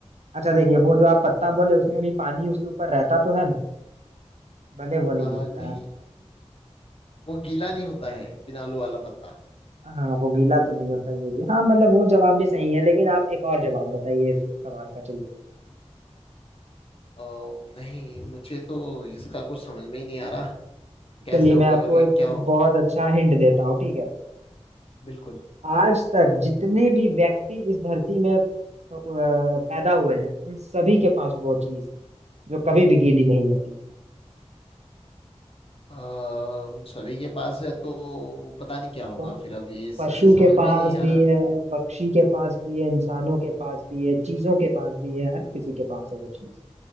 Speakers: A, on the right; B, on the left.
A: अच्छा देखिए वो जो आप पत्ता बोले उसमें भी पानी उसके ऊपर रहता तो है ना भले वो नहीं
B: आ,
A: भीगता
B: नहीं
A: है
B: वो गीला नहीं होता है पिनालू वाला पत्ता
A: हाँ वो गीला तो नहीं होता ये भी हाँ मतलब वो जवाब भी सही है लेकिन आप एक और जवाब बताइए इस सवाल का चलिए
B: आ, नहीं मुझे तो इसका कुछ समझ में ही नहीं आ रहा कैसे
A: चलिए
B: होगा
A: मैं आपको
B: करके
A: एक
B: क्या होगा
A: बहुत अच्छा हिंट देता हूँ ठीक है
B: बिल्कुल
A: आज तक जितने भी व्यक्ति इस धरती में अ, पैदा हुए हैं उन सभी के पास वो चीज है जो कभी भी गीली नहीं होती
B: आ, उन सभी के पास है तो पता नहीं क्या होगा
A: तो
B: फिर अब ये स-
A: पशु
B: समझ
A: के पास
B: में ही नहीं आ
A: भी
B: रहा
A: है पक्षी के पास भी है इंसानों के पास भी है चीजों के पास भी है हर किसी के पास है वो चीज